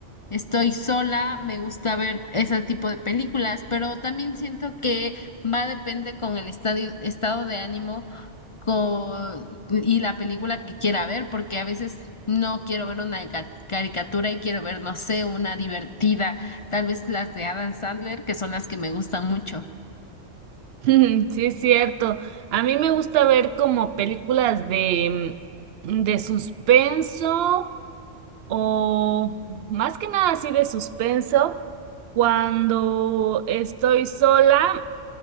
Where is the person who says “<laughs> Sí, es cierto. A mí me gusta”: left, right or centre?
Right